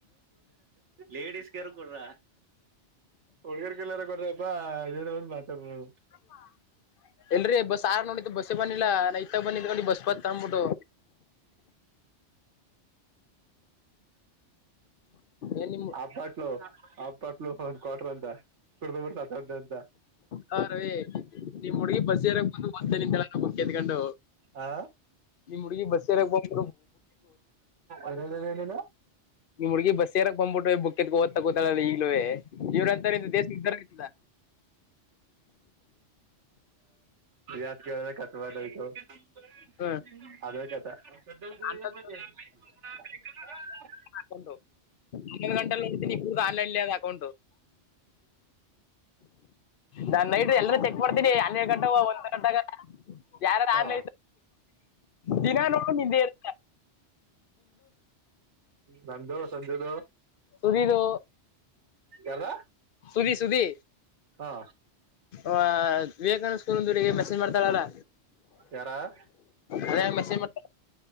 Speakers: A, on the right; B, on the left.
A: ಲೇಡೀಸ್ ಕೆರ್ ಕೊಡ್ರ ಹುಡ್ಗರ್ಗೆಲ್ಲಾರ ಕೊಡ್ರಪ್ಪಾ ಇದನ ಒಂದ್ ಮಾತಾಡ್ಬದು
B: ಹ ಎಲ್ರರಿ ಬಸ್ ಆರ ನೋಡಿದ್ದು ಬಸ್ಸೇ ಬನ್ನಿಲ್ಲ ನಾ ಇತ್ತಾಗ ಬಂದಿಕೊಂಡಿ ಬಸ್ ಬತ್ ತಂದ್ಬಿಟ್ಟು ಏನ್ ನಿಮ್
A: ಅಬಟ್ಲ ಅ ಪಟ್ಲು ಒ್ ಕ್ವಾಟರ್ ಅಂತ ಕುಡತ ಅಂತ
B: ಹಾ ರವಿ ನಿಮ್ ಹುಡ್ಗಿ ಬಸ್ ಏಾರಕ್ಕೆ ಬಂದು ಬ್ತೇ ನಿಂತೆಲ್ಲ ಬುಕ್ ಎದಕೊಂಡು
A: ಆ
B: ಈ ಹುಗಿ ಬಸ್ಸ ಬ
A: ಏನೇನೇನೇನೇನು
B: ನಿ್ ಹುಗ ಬಸ್ ರಕ್ ಬ್ಬಿಟ್ಟ ಬುಕ್ಕದತ್ ದ್ತಾ ಗೊತಲ್ಲ ಈಗ್ಲುವೇ ಇವರತೋರ್ ಇದ್ರೆ ದೇಶ ಎಲ್ಲಿಂದ ಉದ್ದಾರ ಆಗ್ತದ
A: ಾತ್ ಕೇಳ್ರ ಕತ್ಬಾರದಯ್ತು <unintelligible>
B: ಹ್ಮ್
A: ಅದತ <unintelligible>
B: ಹನ್ನೊಂದು ಅಕೌಟು ಒನ್ನ ಗಂಟಲ್ಲ ನೋಡ್ತೀನಿ ಇಗ ಆನ್ಲೈನ್ ಇಲ್ಲಿ ಅದು ಅಕೌಂಟು <unintelligible> ನಾನ್ ನೈಟ್ ಎಲ್ಲರ ಚೆಕ್ ಮಾಡ್ತೀನಿ ಹನ್ನೆಡು ಗಂಟೆಗೆ ಒಂದ ಗಂಟಾಗ ಯಾರರ
A: ಹಾ
B: ಆನ್ಲೈನ್ ದಿನಾ ನೋಡು ನಿಂದೆ ಇರ್ತ
A: ನಂದು ಸಂಜೂದು
B: ಸಧಿದು
A: ಯಾರ
B: ಸುಧಿ ಸುಧಿ
A: ಹಾ
B: ಆ ವಿವೇಕಾನಂದ ಸ್ಕೂಲ್ ಮೆಸೇಜ್ ಮಾಡ್ತಾಳಲ್ಲ
A: ಯಾರ
B: ಅದ ಮೆಸೇಜ್ ಮಾಡ್ತ